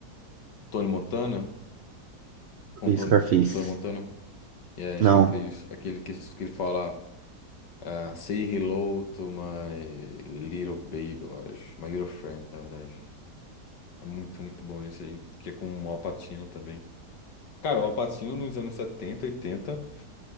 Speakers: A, on the left; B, on the right.
A: Tony Montana? Com
B: Vi
A: Tony,
B: Scarface.
A: com Tony Montana? É,
B: Não.
A: Scarface, aquele que, que ele fala. Ah, Say Hello to My Little Baby, eu acho. My Little Friend, na verdade. É muito, muito bom esse aí. Que é com o Al Pacino também. Cara, o Al Pacino nos anos 70, 80,